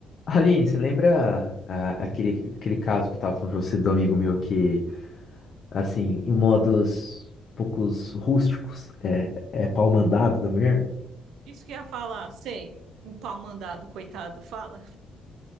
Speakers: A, on the left; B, on the right.
A: Aline, você lembra ah, aquele, aquele caso que eu tava falando pra você do amigo meu que, assim, em modos poucos rústicos, é, é pau mandado da mulher?
B: Isso que ia falar, sei. O pau mandado, coitado, fala.